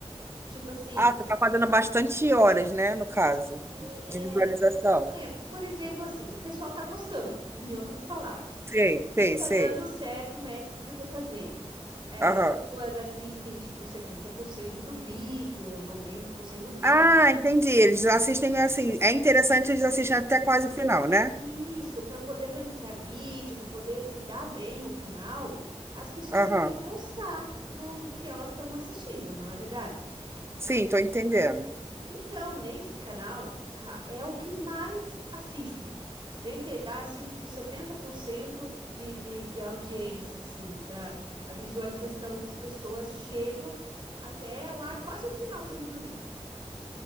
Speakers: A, on the right; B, on the right.
A: Tipo assim,
B: Ah, tu tá fazendo bastante horas, né, no caso,
A: e, é,
B: de visualização.
A: É, por exemplo, assim, o pessoal tá gostando, <laughs> em outras palavras.
B: Sei,
A: Tipo,
B: sei,
A: tá
B: sei.
A: dando certo o método que eu tô fazendo. É,
B: Aham.
A: as pessoas assistem, tipo, 70% do vídeo, ou 90% do vídeo.
B: Ah, entendi. Eles assistem assim. É interessante, eles assistem até quase o final, né?
A: Isso, para poder ranquear vídeo, para poder se dar bem o canal, as pessoas
B: Aham.
A: têm que gostar do, do que elas estão assistindo, não é verdade?
B: Sim, tô entendendo.
A: Isso. Então, nesse canal, ah, é o que mais assistem. Gente, dá assim, tipo, 70% de, de, de audiência, assim, da a visualização das pessoas chegam até lá, quase o finalzinho do vídeo.